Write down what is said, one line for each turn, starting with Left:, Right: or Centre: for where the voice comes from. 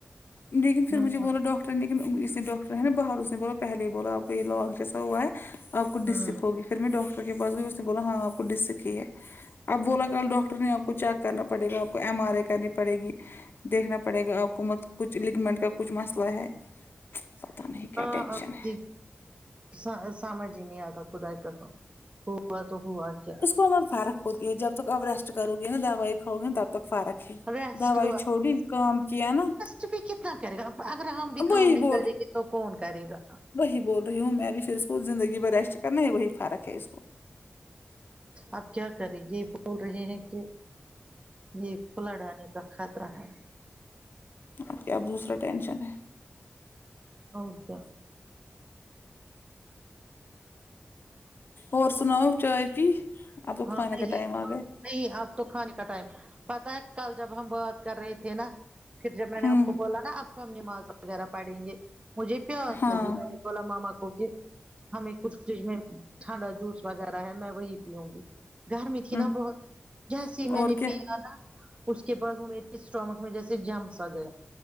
Left: لیکن پھر
Right: ہاں
Left: مجھے بولا ڈاکٹر لیکن اس نے ڈاکٹر ہیں نا باہر اس نے بولا پہلے ہی بولا آپ کو یہ لاک جسا ہوا ہے آپ کو ڈسک
Right: ہاں
Left: ہوگی پھر میں ڈاکٹر کے پاس گئی اس نے بولا ہاں آپ کو ڈسک ہی ہے اب بولا کل ڈاکٹر نے آپ کو چیک کرنا پڑے گا آپ کو ایم آر آے کرنی پڑے گی دیکھنا پڑے گا آپ کو مت کچھ لگمنٹ کا کچھ مسئلہ ہے پتہ نہیں کیا
Right: ہ
Left: ٹینشن
Right: اب
Left: ہے
Right: دیکھ سا سامجھ ہی نہیں آتا خدا کی قسم ہوا تو ہوا کیا
Left: اس کو ہمر فرق ہوتی ہے جب تک اب ریسٹ کرو گے نا دوائی کھاؤ گی نا تب تک فرق
Right: ریسٹ
Left: دوائی چھوڑی کام کیا نا
Right: کوئی بھی کتنا کرے گا اگر ہم بھی
Left: وہی
Right: کام نہیں
Left: بول
Right: کریں گے تو کون کرے گا
Left: وہی بول رہی ہوں میں بھی پھر اس کو زندگی بھر ریسٹ کرنا ہے وہی فرق ہے اس کو
Right: اب کیا کریں گی بول رہے ہیں کہ یہ فلڈ آنے کا خطرہ ہے
Left: اب کیا دوسرا ٹینشن ہے
Right: اور کیا
Left: اور سناؤ چائے پی اب تو
Right: ہاں
Left: کھانے
Right: نہیں
Left: کا ٹائم آ گیا
Right: نہیں اب تو کھانے کا ٹائم پتا ہے کل جب ہم بات کر رہے تھے نا پھر جب میں نے
Left: ہوں
Right: آپ کو بولا نا اب ہم نماز وغیرہ پڑیں گے مجھے پیاس
Left: ہاں
Right: لگی بولا ماما کو کہ ہمیں کچھ فریج میں ٹھنڈا جوس وغیرہ ہے میں وہی پیوں گی گرمی تھی
Left: ہوں
Right: نا بہت جیسی میں
Left: اور
Right: نے
Left: کیا
Right: پیا نا اس کے بعد وہ میرے اسٹامک میں جیسے جم سا گیا